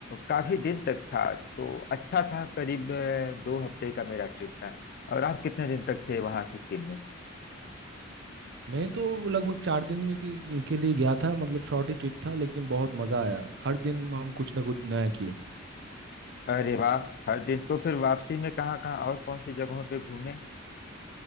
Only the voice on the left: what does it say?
काफी दिन तक था तो अच्छा था करीब अ, दो हफ्ते का मेरा ट्रिप था और आप कितने दिन तक थे वहां सिक्किम में
अरे वाह हर दिन तो फिर वापसी में कहाँ कहाँ और कौन सी जगहों पे घूमे